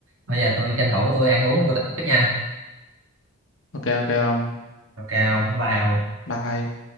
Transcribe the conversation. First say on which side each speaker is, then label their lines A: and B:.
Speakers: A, on the right (about 70°); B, on the left (about 65°).
A: bây giờ tôi tranh thủ tôi ăn uống rồi tôi tiếp nha
B: ok ok ông
A: ok không vào
B: bye